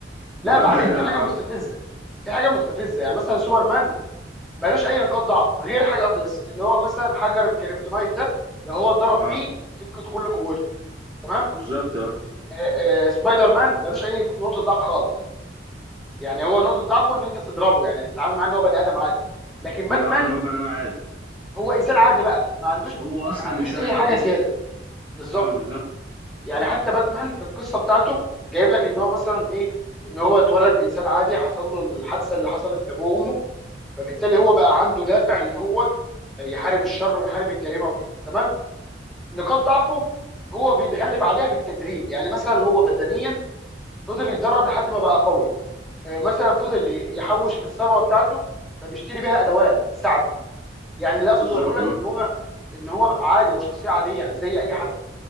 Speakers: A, in the centre; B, on the right (about 25°).
A: لا
B: بقى
A: بعدين
B: <laughs>
A: في حاجه مستفزه
B: ف...
A: في حاجه مستفزه يعني مثلا سوبر مان مالوش اي نقاط ضعف غير حاجه واحده بس ان هو مثلا حجر الكريبتونايت ده لو هو اتضرب
B: اه
A: بيه يفقد كل قوته تمام
B: بالظبط اه
A: آه، آه، سبايدر مان مالوش اي نقطه ضعف خالص يعني هو نقطه ضعفه ان انت تضربه يعني تتعامل معاه ان هو بني ادم عادي لكن باتمان
B: ان اه ان هو بني ادم عادي
A: هو انسان عادي بقى ما عندوش
B: هو اصلا
A: ما عندوش
B: انسان
A: اي
B: عادي
A: حاجه زياده بالظبط
B: اه بالظبط
A: يعني
B: اه
A: حتى باتمان في القصه بتاعته جايب لك ان هو مثلا ايه ان هو اتولد انسان عادي حصل له الحادثه اللي حصلت لابوه وامه فبالتالي هو بقى عنده دافع ان هو يحارب الشر ويحارب الجريمه وكده تمام نقاط ضعفه هو بيتغلب عليها بالتدريب يعني مثلا هو بدنيا فضل يتدرب لحد ما بقى قوي آه، مثلا فضل ي- يحوش في الثروه بتاعته فبيشتري بيها ادوات تساعده يعني اللي اقصد
B: بالظبط
A: اقوله لك
B: اه
A: ان هو ان هو عادي هو شخصيه عاديه يعني زي اي حد